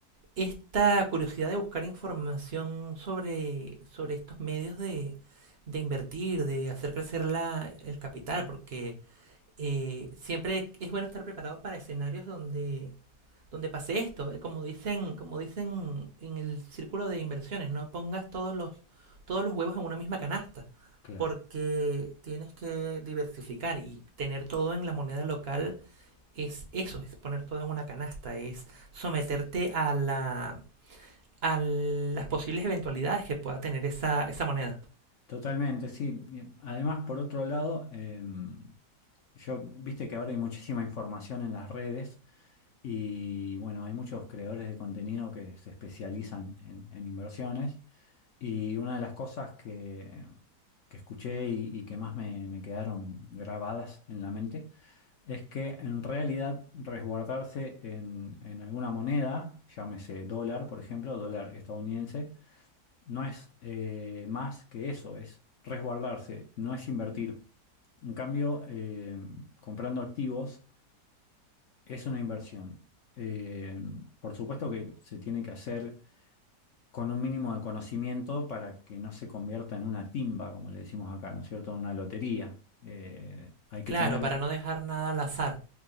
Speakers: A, on the right; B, on the left.
A: esta curiosidad de buscar información sobre, sobre estos medios de, de invertir, de hacer crecer la, el capital, porque eh, siempre es bueno estar preparado para escenarios donde, donde pase esto. Eh, Como dicen, como dicen en el círculo de inversiones, no pongas todos los, todos los huevos en una misma canasta,
B: Claro.
A: porque tienes que diversificar y tener todo en la moneda local es eso, es poner todo en una canasta, es someterte a la a las posibles eventualidades que pueda tener esa, esa moneda.
B: Totalmente, sí. Y Además, por otro lado, em, yo, viste que ahora hay muchísima información en las redes y bueno, hay muchos creadores de contenido que se especializan en, en inversiones y una de las cosas que, que escuché y, y que más me, me quedaron grabadas en la mente es que en realidad resguardarse en, en alguna moneda, llámese dólar, por ejemplo, dólar estadounidense, no es eh, más que eso, es resguardarse, no es invertir. En cambio, eh, comprando activos es una inversión. Eh, por supuesto que se tiene que hacer con un mínimo de conocimiento para que no se convierta en una timba, como le decimos acá, ¿no es cierto? Una lotería. Eh, hay que
A: Claro,
B: tener
A: para no dejar nada al azar.